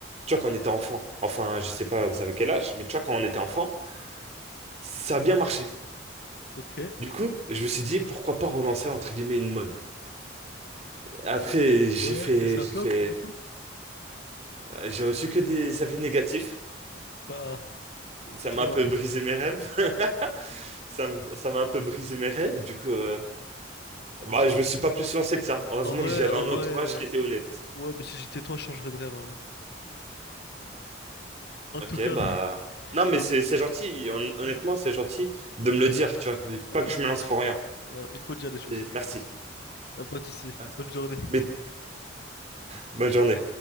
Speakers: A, on the right; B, on the left.
A: tu vois, quand on était enfant. Enfin, je sais pas, vous savez quel âge, mais tu vois, quand on était enfant, ça a bien marché.
B: ok.
A: Du coup, je me suis dit, pourquoi pas relancer entre guillemets une mode. Après,
B: Ouais,
A: j'ai fait,
B: et ça
A: j'ai
B: flop
A: fait,
B: du coup?
A: euh, j'ai reçu que des avis négatifs.
B: Bah,
A: ça
B: étonnant.
A: m'a un peu brisé mes rêves. <laughs> ça m- ça m'a un peu brisé mes rêves. Du coup, euh, bah, je me suis pas plus lancé que ça. Heureusement
B: En vrai,
A: que j'avais
B: en
A: un
B: vrai,
A: entourage
B: euh,
A: qui était honnête.
B: ouais, mais si j'étais toi, je changerais de rêve en vrai. En
A: Ok,
B: tout cas,
A: bah.
B: <laughs>
A: Non, mais
B: en-
A: c'est c'est gentil. Hon- Honnêtement,
B: euh,
A: c'est gentil de me le dire. Tu vois, que-
B: ouais,
A: pas que je me lance pour rien.
B: voilà, il faut dire les choses.
A: Et merci.
B: T'as Pas de soucis.
A: Merci.
B: Bonne journée.
A: Mais bonne journée.